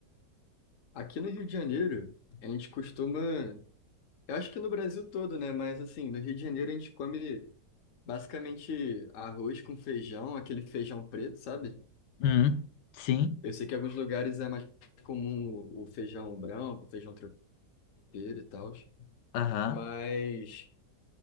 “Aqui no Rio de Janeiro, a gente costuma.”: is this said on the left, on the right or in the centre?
Left